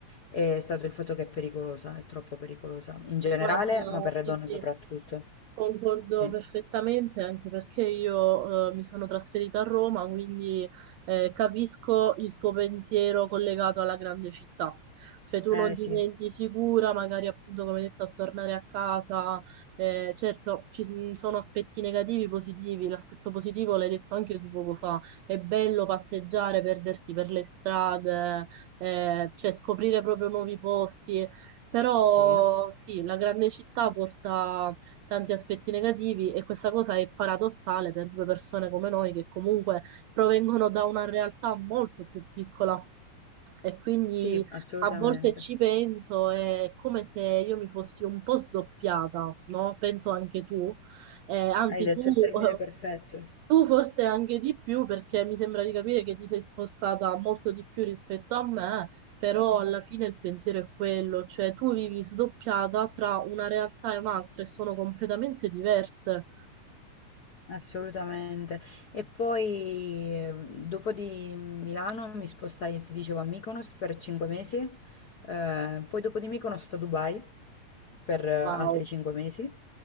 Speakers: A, on the left; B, on the right.
A: è stato il fatto che è pericolosa, è troppo pericolosa, in generale,
B: Guarda,
A: ma per
B: sì,
A: le donne
B: sì,
A: soprattutto.
B: concordo
A: Sì,
B: perfettamente, anche perché io eh, mi sono trasferita a Roma, quindi eh, capisco il tuo pensiero collegato alla grande città. Cioè tu
A: eh
B: non ti
A: sì,
B: senti sicura, magari appunto come detto a tornare a casa. Eh, certo, ci s- sono aspetti negativi, positivi. L'aspetto positivo l'hai detto anche tu poco fa. È bello passeggiare, perdersi per le strade, eh, cioè scoprire proprio nuovi posti però
A: sì,
B: sì, la grande città porta tanti aspetti negativi e questa cosa è paradossale per due persone come noi che comunque provengono da una realtà molto più piccola e quindi
A: sì, assolutamente.
B: a volte ci penso, è come se io mi fossi un po' sdoppiata, no? Penso anche tu, Eh, anzi
A: Hai detto
B: tu
A: il termine
B: eh,
A: perfetto.
B: tu forse anche di più, perché mi sembra di capire che ti sei spostata molto di più rispetto a me, però alla fine il pensiero è quello, cioè tu vivi sdoppiata tra una realtà e un'altra e sono completamente diverse.
A: Assolutamente. E poi ehm, dopo di Milano mi spostai, ti dicevo, a Mykonos per cinque mesi, eh, poi dopo di Mykonos a Dubai per eh, altri
B: Wow,
A: cinque mesi,